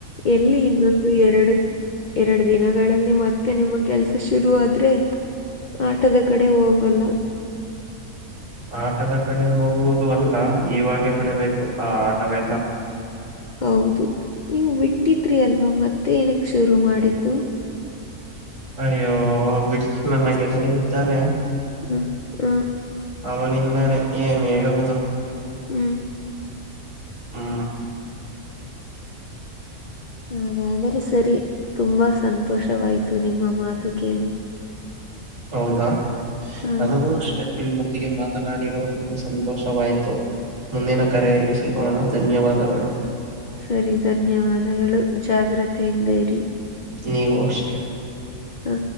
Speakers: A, on the left (about 65°); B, on the right (about 60°).
A: ಎಲ್ಲಿ ಇನ್ನೊಂದು ಎರಡು ಎರಡು ದಿನಗಳಲ್ಲಿ ಮತ್ತೆ ನಿಮ್ಮ ಕೆಲ್ಸ ಶುರು ಆದ್ರೆ ಆಟದ ಕಡೆ ಹೋಗಲ್ಲ
B: ಆಟದ ಕಡೆ ಹೋಗುವುದು ಅಲ್ಲ ಇವಾಗೆ ಬಿಡಬೇಕು ಆ ಆಟವೆಲ್ಲ
A: ಹೌದು ನೀವು ಬಿಟ್ಟಿದ್ರಿ ಅಲ್ವಾ ಮತ್ತೆ ಏನಕ್ ಶುರು ಮಾಡಿದ್ದು
B: ಅಯ್ಯೋ ಬಿಡಿ ನನ್ನ ಗೆಳೆಯೇನಿದ್ದಾನೆ
A: ಹೂ ಹೂ
B: ಅವನಿಂದಾನೇ ಏನ್ ಹೇಳುವುದು
A: ಹೂ
B: ಹೂ
A: ಹಾಗಾದರೆ ಸರಿ ತುಂಬಾ ಸಂತೋಷವಾಯ್ತು ನಿಮ್ಮ ಮಾತು ಕೇಳಿ
B: ಹೌದಾ
A: ಹಾ
B: ನನಗೂ ಅಷ್ಟೆ ನಮ್ಮೊಂದಿಗೆ ಮಾತನಾಡಿರುವುದಕ್ಕೆ ಸಂತೋಷವಾಯ್ತು ಮುಂದಿನ ಕರೆಯಲ್ಲಿ ಸಿಗೋಣ ಧನ್ಯವಾದಗಳು
A: ಸರಿ ಧನ್ಯವಾದಗಳು ಜಾಗ್ರತೆ ಇಂದ ಇರಿ
B: ನೀವು ಅಷ್ಟೆ
A: ಹಾ